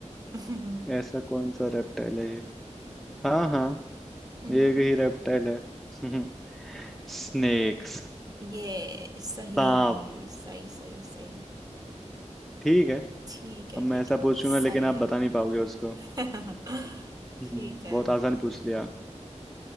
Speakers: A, on the right (about 30°); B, in the centre.
A: <laughs>
B: ऐसा कौन सा रेप्टाइल है ये हाँ हाँ
A: हम्म
B: एक ही रेप्टाइल है <laughs> स्नेक्स
A: ये सही
B: सांप
A: सही सही सही
B: ठीक है
A: ठीक है
B: अब मैं
A: ठीक
B: ऐसा
A: है
B: पूछूंगा
A: सही
B: लेकिन आप
A: है
B: बता नहीं पाओगे उसको
A: <laughs> ठीक
B: हम्म,
A: है
B: बहुत आसान पूछ लिया